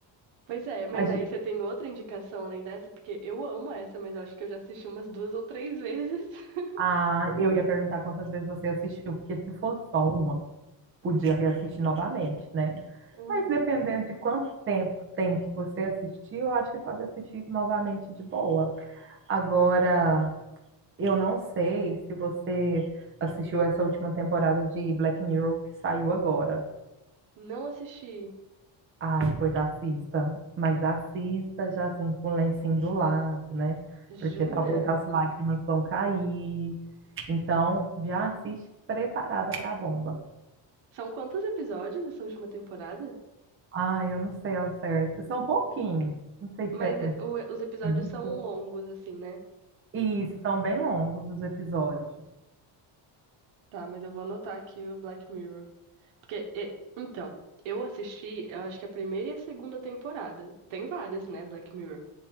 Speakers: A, on the right (about 80°); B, on the right (about 25°).
A: Pois é, mas
B: A, ge-
A: aí você tem outra indicação além dessa, porque eu amo essa, mas eu acho que eu já assisti umas duas ou três vezes. <laughs>
B: ah, eu ia perguntar quantas vezes você assistiu, porque se for só uma, podia reassistir novamente, né?
A: Uhum.
B: Mas dependendo de quanto tempo tem que você assistir, eu acho que pode assistir novamente de boa. Agora, eu não sei se você assistiu essa última temporada de Black Mirror que saiu agora.
A: Não assisti.
B: Ai, pois assista, mas assista já assim com o lencinho do lado, né? Porque
A: Jura?
B: talvez as lágrimas vão cair. Então, já assiste preparada para a bomba.
A: São quantos episódios essa última temporada?
B: Ai, eu não sei ao certo. São pouquinho, não sei
A: Mas
B: se é
A: eh, o- os episódios
B: cinco.
A: são longos, assim, né?
B: Isso, são bem longos os episódios.
A: Tá, mas eu vou anotar aqui o Black Mirror. Porque, e- então, eu assisti, eu acho que a primeira e a segunda temporada. Tem várias, né, Black Mirror.